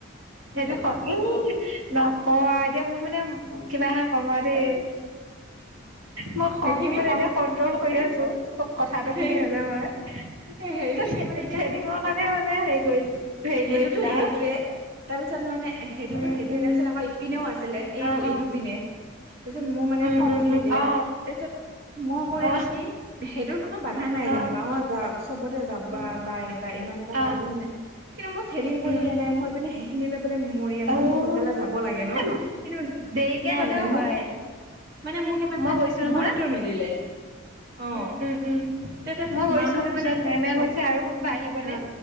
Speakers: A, on the right; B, on the right.
A: সেইটো হয় এই নকওঁ আও এতিয়া মোৰ মানে কিবাহে আমাৰে মই খংটো
B: সেইখিনি
A: মানে
B: কম
A: এতিয়া কন্ট্ৰল কৰি আছো কথাটো
B: সেই
A: শুনি পলেই মই
B: হেৰিখিনি
A: ত‌ই থ্ৰে
B: মানে এতিয়া
A: থ্ৰেডিংৰ কাৰণে মানে হেৰি কৰি হেৰি
B: সেইটোতো
A: কৰি দিলা
B: সেইটোয়ে তাৰপিছত মানে। সেইটোতো
A: উম
B: সেইটো
A: উম
B: এ তা পিছত আকৌ ইপিনেও আছিলে এইটো
A: অ
B: এইটো
A: অ
B: পিনে। তাৰপিছত মো মানে
A: উম
B: খং
A: উম
B: উঠি
A: উম
B: থাকিলে
A: অ
B: তাৰপিছত। মই কৰিলো
A: অ
B: কি সেইটোত কোনো বাধা নাই
A: অ
B: যেনিবা মই যাম চবতে যাবা
A: উম
B: বা এনেকোৱা ইমান এটা
A: অ
B: প্ৰব্লেম নাই, কিন্তু মই থ্ৰেডিং কৰি
A: উম
B: দিয়া নাই মো সেইখিনিলে মৰি আছো
A: অ
B: মোক সোনকালে যাব লাগে ন কিন্তু
A: দেৰিকে
B: নাই
A: গলেও
B: মানে
A: হয়
B: মোক মানে মোক ইমানটা
A: মই গৈছো নহয়
B: গুৰুত্ব নিদিলে অ
A: উম উম উম
B: তাৰপিছত
A: মই গৈছো
B: মাহঁতে
A: পিছত
B: মানে
A: মেমে কৈছে আৰু কোনোবা আহিবনে
B: অ